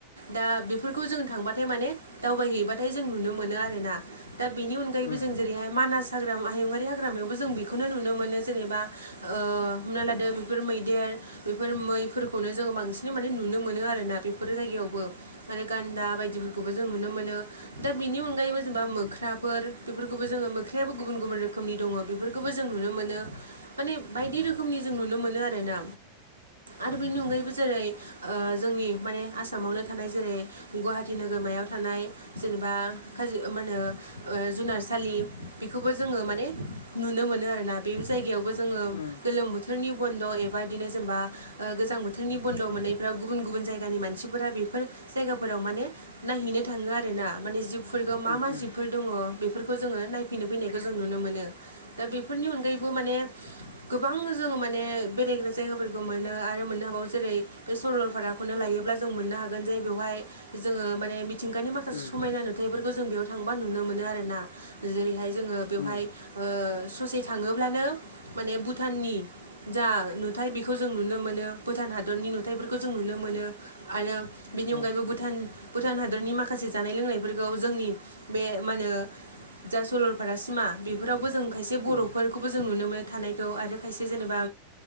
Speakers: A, on the right; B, on the left.
A: दा बेफोरखौ जों थांबाथाय माने दावबायहैबाथाय जों नुनो मोनो आरोना दा बेनि अनगायैबो
B: उम
A: जों जेरैहाय मानास हाग्रा हायुङारि हाग्रामायावबो जों बेखौनो नुनो मोनो जेनेबा। ओ हमना लादो बेफोर मैदेर बेफोर मैफोरखौनो जोङो बांसिनै माने नुनो मोनो आरोना बेफोरो जायगायावबो। आरो गान्दा बायदिफोरखौबो जों नुनो मोनो दा बेनि अनगायैबो जेनेबा मोख्राफोर बेफोरखौबो जोङो मोख्रायाबो गुबुन गुबुन रोखोमनि दङ बेफोरखौ खौबो जों नुनो मोनो माने बायदि रोखोमनि जों नुनो मोनो आरोना आरो बेनि अनगायैबो जेरै ओ जोंनि माने आसामावनो थानाय जेरै गुवाहाटि नोगोरमायाव थानाय जेनेबा खाजि मा होनो ओ जुनारसालि बेखौबो जोङो माने नुनो मोनो आरोना बे जायगायावबो जोङो
B: उम
A: गोलोम बोथोरनि बन्द' एबा इदिनो जेनेबा ओ गोजां बोथोरनि बन्द' मोननायफ्राव गुबुन गुबुन जायगानि मानसिफोरा बेफोर जायगाफोराव माने नायहैनो थाङो आरोना माने जिबफोरखौ मा
B: उम
A: मा
B: उम
A: जिबफोर दङ बेफोरखौ जोङो नायफैनो फैनाय जों नुनो मोनो दा बेफोरनि अनगायैबो माने गोबां जोङो माने बेरायग्रा जायगाफोरखौ मोनो आरो मोननो हाबावो जेरै बे सरलपाराखौनो लायोब्ला जों मोननो हागोन जे बेवहाय जोङो माने <unintelligible> गानि माखासे
B: उम
A: समायना नुथायफोरखौ जों बेयाव थांबा नुनो मोनो आरोना जेरैहाय जोङो बेवहाय
B: उम
A: ओ ससे थाङोब्लानो माने भुटाननि जा नुथाय बेखौ जों नुनो मोनो भुटान हादरनि नुथायाइफोरखौ जों नुनो मोनो। आरो बिनि
B: औ
A: अनगायैबो
B: औ
A: भुटान भुटान हा दोरनि माखासे जानाय लोंनायफोरखौ जोंनि बे मा होनो जा सलरपारा सिमा बेफोरावबो जों खायसे बर'फोरखौ
B: उम
A: बो जों नुनो मोनो थानायखौ आरो खायसे जेनेबा